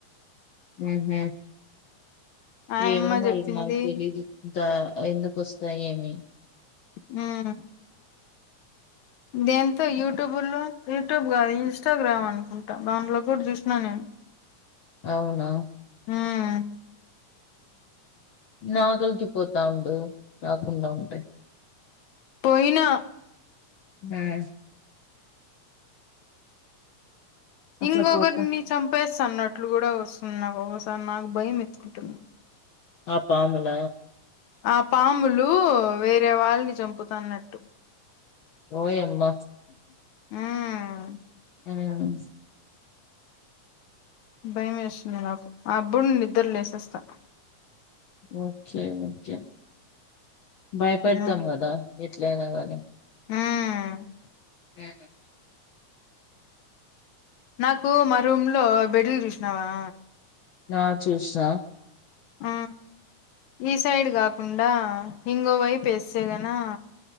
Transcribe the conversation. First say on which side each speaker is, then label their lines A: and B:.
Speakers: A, on the left; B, on the left.
A: మ్ హుమ్మ్
B: ఆయమ్మ
A: ఏమొ మరి
B: చెప్పింది
A: నాకు తెలీదు దా ఎందుకు వస్తాయో ఏమి
B: హుమ్ దేంతో యూట్యూబ్ లో యూట్యూబ్ కాదు ఇన్స్టాగ్రామ్ అనుకుంటా దాంట్లో కూడా చూసిన నేను
A: అవునా
B: ఉమ్
A: నాగలికి పోతా ఉండు రాకుండా ఉంటాయి
B: పోయినా
A: మ్ అట్లా
B: ఇంకొకరిని
A: పోతా
B: చంపేస్తన్నట్లు కూడా వస్తుంది నాకి ఒకోసా నాకు భయం ఎత్తుకుంటుంది
A: ఆ పాముల
B: ఆ పాములు వేరే వాళ్ళని చంపుతున్నట్టు
A: ఓయమ్మా
B: ఉమ్
A: హు మ్
B: భయం వేస్తుంది నాకు అబ్బు నిద్ర లేచేస్తా
A: ఓకే ఓకే బయపెడోతం
B: ఉమ్
A: కదా ఎట్ లేనోగని
B: ఉమ్
A: ఉం
B: నాకు మా రూమ్ లో బెడ్లు చూసినావా
A: ఆ చూసినా
B: ఆ ఈ సైడ్ కాకుండా ఇంగో వైపుఏస్సేగనా